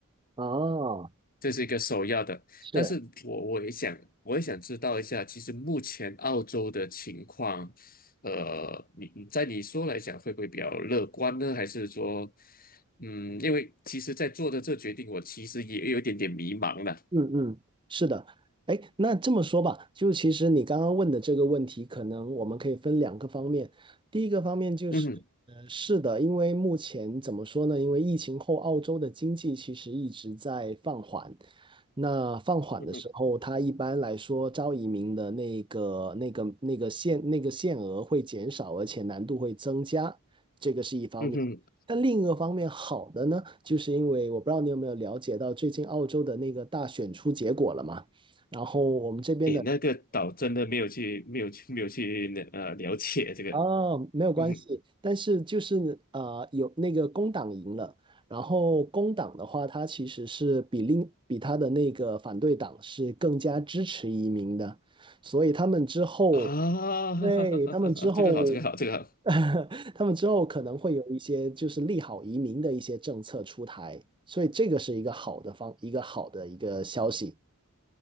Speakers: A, on the right; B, on the left.
A: 哦，
B: 这是一个首要的，
A: 是，
B: 但是我我也想，我也想知道一下，其实目前澳洲的情况，呃，你你在你说来讲，会不会比较乐观呢？还是说，嗯，因为其实，在做的这决定，我其实也有一点点迷茫了。
A: 嗯嗯，是的。哎，那这么说吧，就其实你刚刚问的这个问题，可能我们可以分两个方面。第一个方面就是，
B: 嗯哼，
A: 呃，是的，因为目前怎么说呢？因为疫情后，澳洲的经济其实一直在放缓。那放缓的时候，
B: 嗯哼，
A: 它一般来说招移民的那个、那个、那个限、那个限额会减少，而且难度会增加。这个是一方面。
B: 嗯哼，
A: 但另一个方面好的呢，就是因为我不知道你有没有了解到最近澳洲的那个大选出结果了嘛，然后我们这边的
B: 诶，那个岛真的没有去，没有去，没有去了呃了解这个，
A: 啊没有关系，
B: 嗯哼，
A: 但是就是呃有那个工党赢了，然后工党的话，它其实是比另比它的那个反对党是更加支持移民的，所以他们之后
B: 啊，
A: 对，他们之后，
B: <laughs> 这个好，这个好，这个好。
A: <laughs> 他们之后可能会有一些就是利好移民的一些政策出台，所以这个是一个好的方，一个好的一个消息。